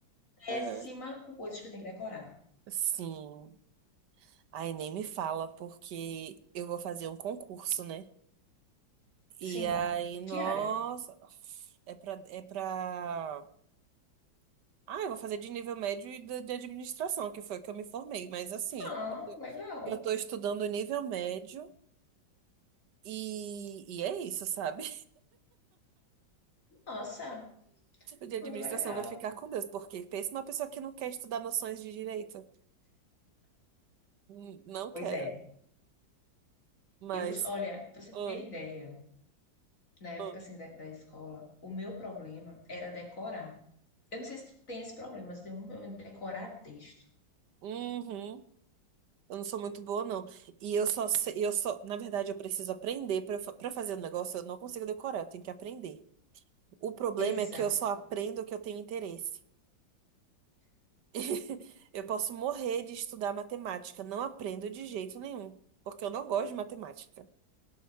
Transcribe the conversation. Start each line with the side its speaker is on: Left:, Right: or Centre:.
Left: péssima
Right: É,
Left: com coisas que eu tenho que decorar.
Right: Sim. Aí nem me fala, porque eu vou fazer um concurso, né? E
Left: Sim.
Right: aí, nossa,
Left: Que área?
Right: é pra, é pra... Ah, eu vou fazer de nível médio e de, de administração, que foi o que eu me formei. Mas assim,
Left: Ah,
Right: eu tô,
Left: legal.
Right: eu tô estudando nível médio e, e é isso, sabe?
Left: Nossa,
Right: de administração
Left: muito legal.
Right: vai ficar com Deus, porque pensa uma pessoa que não quer estudar noções de direito. Hum, Não
Left: Pois
Right: quero,
Left: é.
Right: mas.
Left: Eu, olha, pra você
Right: ah,
Left: ter ideia, na época
Right: ah,
Left: assim da, da escola, o meu problema era decorar. Eu não sei se tu tem esse problema, mas eu tenho muito problema de decorar texto.
Right: uhum, eu não sou muito boa, não. E eu só sei, eu só, na verdade, eu preciso aprender para para fazer o negócio, eu não consigo decorar, eu tenho que aprender. O problema
Left: Exato.
Right: é que eu só aprendo o que eu tenho interesse. <laughs> Eu posso morrer de estudar matemática, não aprendo de jeito nenhum, porque eu não gosto de matemática.